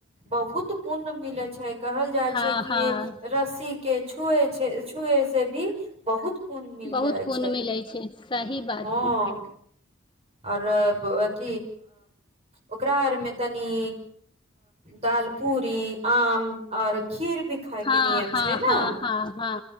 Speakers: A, on the right; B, on the left.
A: बहुत पुर्ण मिलै छै कहल जाय
B: हँ
A: छै कि
B: हँ
A: रस्सी के छुए छै छुए से भी बहुत पुण्य मिल
B: बहुत
A: जाइ छै
B: पुण्य मिलै छै सही बात
A: हँ
B: है
A: आओर अथ ओकरा आर मे तनी दाल पूरी आम आओर खीर भी खायके
B: हँ
A: नियम
B: हँ
A: छै ने
B: हँ हँ हँ